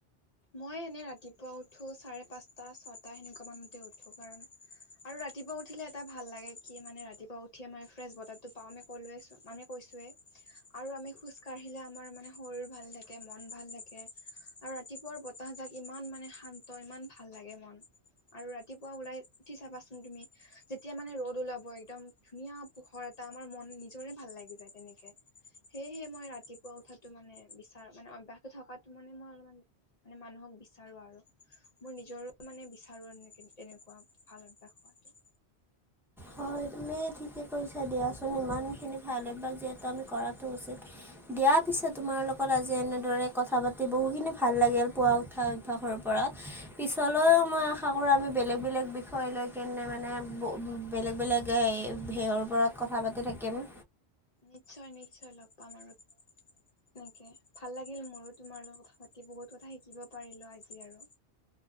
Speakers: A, on the left; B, in the centre.
A: মই এনেই ৰাতিপুৱা উঠো চাৰে পাঁচটা ছয়টা সেনেকুৱা মানতে উঠো কাৰণ আৰু ৰাতিপুৱা উঠিলে এটা ভাল লাগে কি মানে ৰাতিপুৱা উঠিয়ে মই ফ্ৰেছ বতাৰটো পাওঁ আমিয়ে ক'লোৱেচোন মানে কৈছোৱেই। আৰু আমি খোজ কাঢ়িলে আমাৰ মানে শৰীৰ ভাল থাকে, মন ভাল থাকে। আৰু ৰাতিপুৱাৰ বতাহজাক ইমান মানে শান্ত ইমান ভাল লাগে মন। আৰু ৰাতিপুৱা ওলাই উঠি চাবাচোন তুমি। যেতিয়া মানে ৰ'দ ওলাব একদম ধুনীয়া পোহৰ এটা, আমাৰ মন নিজৰে ভাল লাগি যায় তেনেকে। সেয়েহে মই ৰাতিপুৱা উঠাতো মানে বিচাৰোঁ, মানে অভ্যাস থকাতো মানে মই অলপমান মানে মানুহক বিচাৰোঁ আৰু। মোৰ নিজৰো মানে বিচাৰো আৰু তেনে-তেনেকুৱা ভাল অভ্যাস হোৱাটো।
B: হয় তুমি ঠিকে কৰিছা দিয়াচোন ইমানখিনি ভাল অভ্যাস যিহেতু আমি কৰাটো উচিত। দিয়াৰ পিছে তোমাৰ লগত আজি এনেদৰে কথা পাতি বহুখিনি ভাল লাগিল। পোৱা উঠা অভ্যাসৰ ওপৰত। পিছলৈও মই আশা কৰোঁ আমি বেলেগ-বেলেগ বিষয় লৈ কেনে মানে ব-বেলেগ-বেলেগ গে ভেহৰ ওপৰত কথা পাতি থাকিম।
A: নিশ্চয়-নিশ্চয় লগ পাম আৰু। এনেকে ভাল লাগিল মোৰো তোমাৰ লগত কথা পাতি বহুত কথা শিকিব পাৰিলো আজি আৰু।